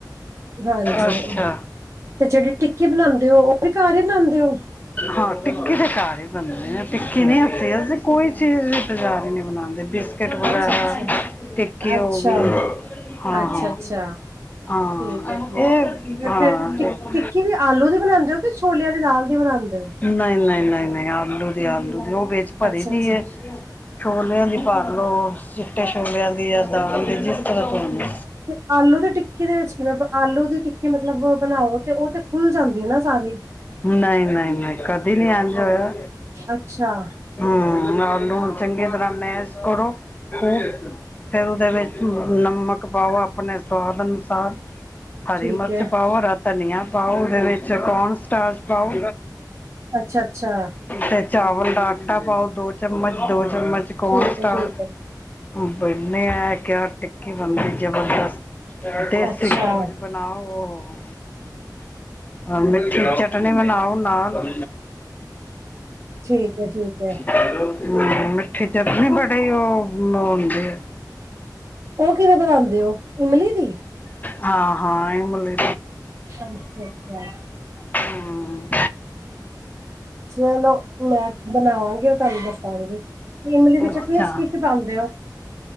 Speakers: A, on the right; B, on the left.
A: ਹਾਂਜੀ
B: ਅੱਛਾ।
A: ਤੇ ਜਿਹੜੀ ਟਿੱਕੀ ਬਣਾਉਂਦੇ ਓ ਉਹ ਵੀ ਘਰ ਈ ਬਣਾਉਂਦੇ ਓ
B: ਹਾਂ ਟਿੱਕੀ ਤੇ ਕਾਰ ਈ ਬਣਦੇ ਨੇ, ਟਿੱਕੀ ਨੀ, ਹਸੀ ਅਸੀਂ ਕੋਈ ਚੀਜ਼ ਬਜ਼ਾਰੀ ਨਹੀਂ ਬਣਾਉਂਦੇ। ਬਿਸਕਿਟ ਵਗੈਰਾ,
A: ਅੱਛਾ-ਅੱਛਾ,
B: ਟਿੱਕੀ
A: ਅੱਛਾ।
B: ਹੋ
A: ਅੱਛਾ
B: ਗਈ, ਹਾਂ-ਹਾਂ।
A: ਅੱਛਾ-ਅੱਛਾ
B: ਹਾਂ,
A: ਠੀਕ ਐ-ਠੀਕ
B: ਏਹ
A: ਐ ਤੇ
B: ਹਾਂ।
A: ਫਿਰ ਟਿ ਟਿੱਕੀ ਵੀ ਆਲੂ ਦੀ ਬਣਾਂਦੇ ਓ ਕਿ ਛੋਲਿਆਂ ਦੀ ਦਾਲ ਦੀ ਬਣਾਂਦੇ ਓ?
B: ਨਈ-ਨਈ-ਨਈ-ਨਈ, ਆਲੂ ਦੀ, ਆਲੂ ਦੀ ਉਹ ਵਿੱਚ ਭਰੀ
A: ਅੱਛਾ-ਅੱਛਾ
B: ਦੀ ਏ, ਛੋਲਿਆਂ ਦੀ ਭਰ ਲੋੋ। ਚਿੱਟੇ ਛੋਲਿਆਂ ਦੀ ਜਾਂ ਦਾਲ ਦੀ ਜਿਸ ਤਰ੍ਹਾਂ ਪਾਉਂਦੇ।
A: ਤੇ ਆਲੂ ਦੀ ਟਿੱਕੀ ਦੇ ਵਿੱਚ ਕਿਵੇਂ ਆਲੂ ਦੀ ਟਿੱਕੀ ਮਤਲਬ ਬਣਾਓ ਤੇ ਉਹ ਤੇ ਖੁੱਲ ਜਾਂਦੀ ਹੈ ਨਾ। ਸਾਰੀ
B: ਨਹੀਂ ਨਹੀਂ ਨਹੀਂ ਕਦੀ ਨਹੀਂ ਇੰਜ ਹੋਇਆ
A: ਅੱਛਾ-ਅੱਛਾ
B: ਹਮ। ਆਲੂ ਨੂੰ ਚੰਗੀ ਤਰ੍ਹਾਂ ਮੈਸ਼ ਕਰੋ ਫਿਰ ਉਹਦੇ ਵਿੱਚ ਨਮਕ ਪਾਓ ਆਪਣੇ ਸਵਾਦ ਅਨੁਸਾਰ। ਹਰੀ
A: ਠੀਕ
B: ਮਿਰਚ
A: ਐ
B: ਪਾਓ, ਹਰਾ ਧਨੀਆ ਪਾਓ, ਉਹਦੇ ਵਿੱਚ ਕੋਨ ਸਟਾਜ ਪਾਓ।
A: ਅੱਛਾ-ਅੱਛਾ
B: ਤੇ ਚਾਵਲ ਦਾ ਆਟਾ ਪਾਓ ਦੋ। ਚਮਚ ਦੋ ਚਮਚ ਕੌਣ
A: ਠੀਕ
B: ਸਟਾ।
A: ਐ-ਠੀਕ ਐ
B: ਬੰਨੇ ਐ ਕਿਆ ਟਿੱਕੀ ਬੰਦੀ ਜਬਰਦਸਤ। ਦੇਸੀ
A: ਅੱਛਾ-ਅੱਛਾ
B: ਘਿਓ ਜ ਬਣਾਓ ਮਿੱਠੀ ਚਟਨੀ। ਕਟਣੇ ਮ ਲਓ ਨਾ।
A: ਠੀਕ ਐ-ਠੀਕ ਐ
B: ਹ ਮਿੱਠੇ ਚ ਵੀ ਬੜੇ ਉਹ ਹੁੰਦੇ ਆ।
A: ਉਹ ਕਿਵੇਂ ਬਣਾਉਂਦੇ ਹੋ ਇਮਲੀ ਦੀ।
B: ਹਾਂ ਹਾਂ ਇਹ ਮੁੱਲ।
A: ਅੱਛਾ ਅੱਛਾ।
B: ਹਮ,
A: ਚਲੋ ਮੈਂ ਬਣਾਵਾਂਗੀ ਉਹ ਤੁਹਾਨੂੰ ਦੱਸਾਂਗੀ ਤੇ ਇਮਲੀ ਦੀ ਚਟਨੀ
B: ਅੱਛਾ
A: ਚ ਕੀ ਕੀ ਪਾਉਂਦੇ ਹੋ।